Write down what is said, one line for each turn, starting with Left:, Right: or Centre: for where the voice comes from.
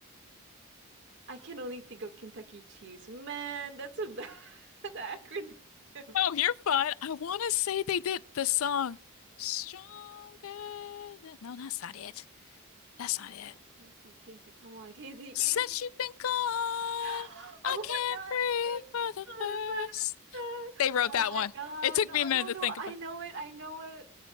Right: I can only think of Kentucky Chiefs. Man, that's a bad <laughs> acronym.
Left: Oh, you're fine. I want to say they did the song Stronger than... No, that's not it. That's not it.
Right: Casey, Casey, come on, Casey, Casey.
Left: Since you've been gone,
Right: <gasps> Oh
Left: I can't
Right: my God.
Left: breathe for
Right: It's
Left: the
Right: not
Left: first.
Right: a bad time.
Left: They wrote
Right: Oh
Left: that
Right: my
Left: one.
Right: God.
Left: It took
Right: No,
Left: me a minute
Right: no,
Left: to
Right: no.
Left: think about.
Right: I know it. I know it.